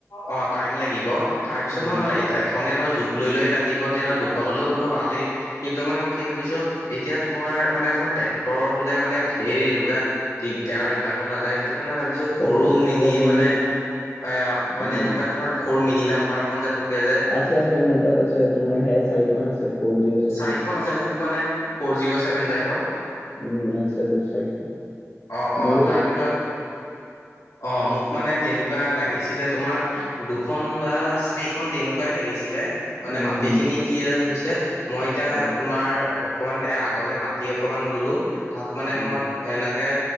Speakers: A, on the left; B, on the left.
A: অহ টাইম লাগি। লাগিব তাৰ পিছত
B: উম
A: নহ নয় খনে ধৰ জোখ লৈ লৈয়ে কাটিব তেনেকুৱা দুখনলৈও ধৰ ভালেই কিন্তু মানে মই কি ভাবিছোঁ এতিয়া তোমাৰ মানে ধৰ ট্ৰেক্টৰ হলে মানে ধেৰ এনেকুৱা দিগদাৰ ইমানো নাযায় ত সেইটো কাৰণে ভাবিছো সৰু
B: ট্ৰেক্টৰ নালাগে
A: মিনি মানে
B: মোক
A: এ মানে
B: উম
A: এনেকুৱা ধৰ সৰু মিনি ডাম্পাৰখন যে থাকে যে
B: আছে আছে মোৰ তাত আছে তোমাৰ সেয়া চাৰিখন আছে ফ'ৰ জিৰ' চছেভেন
A: চাৰিখন আছে মোক মানে ফ'ৰ জিৰ' ছেভেন টাইপৰ
B: উম আচ্ছা তো চাৰিখন
A: অ অ
B: মোৰে
A: তাৰপিছত অ মোক মানে তেনেকুৱা লাগিছিলে তোমাৰ দুখন বা চাৰিখন তেনেকুৱাই লাগিছিলে মানে
B: উম
A: মাটি খিনি কি হৈছে মই এতিয়া
B: উম
A: তোমাৰ অকণমান আগলৈ মাটি অকণমান ললোঁ তাত মানে
B: উম
A: মই এনেকে